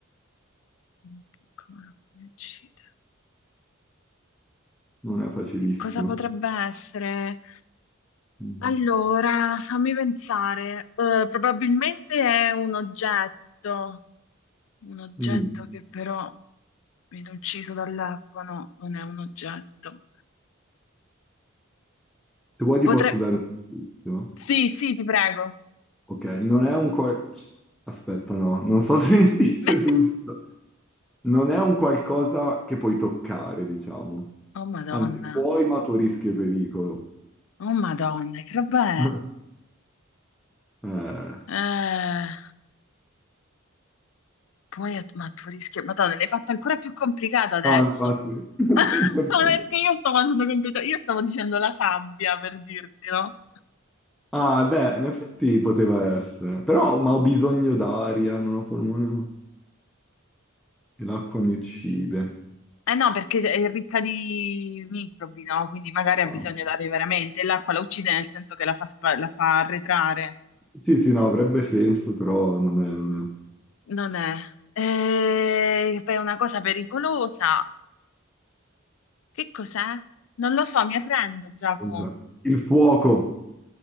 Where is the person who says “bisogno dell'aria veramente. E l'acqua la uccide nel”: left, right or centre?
Left